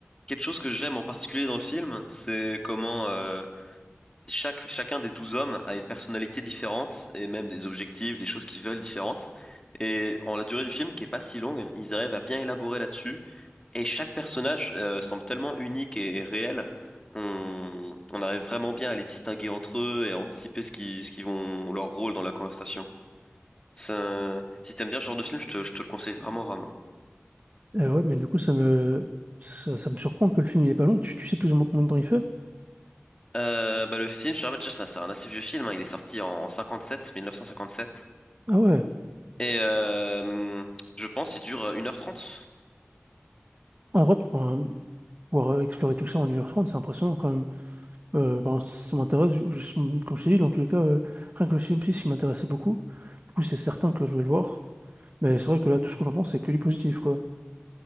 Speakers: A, on the left (about 20°); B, on the right (about 40°).
A: quelque chose que j'aime en particulier dans le film, c'est comment, euh, chaque, chacun des 12 hommes a une personnalité différente et même des objectifs, des choses qu'ils veulent différentes. Et en la durée du film, qui est pas si longue, ils arrivent à bien élaborer là-dessus. Et chaque personnage euh, semble tellement unique et, et réel. On, on arrive vraiment bien à les distinguer entre eux et à anticiper ce qui, ce qui vont, leur rôle dans la conversation. Ça, si t'aimes bien ce genre de film, je te, je te le conseille vraiment, vraiment.
B: Euh, ouais, mais du coup ça me ça, ça me surprend que le film il est pas long. Tu, tu sais plus ou moins combien de temps il fait?
A: Euh, bah, le film, je te rappelle déjà, ça- c'est un assez vieux film, hein. il est sorti en 57, 1957.
B: Ah ouais.
A: Et euh, je pense il dure une heure trente.
B: En vrai, pour un- pouvoir euh, explorer tout ça en une heure trente, c'est impressionnant quand même. Euh, ben, ça m'intéresse, je- je- comme je t'ai dit, dans tous les cas, euh, rien que le film six qui m'intéressait beaucoup, du coup c'est certain que je vais le voir, mais c'est vrai que là tout ce que j'entends c'est que du positif quoi.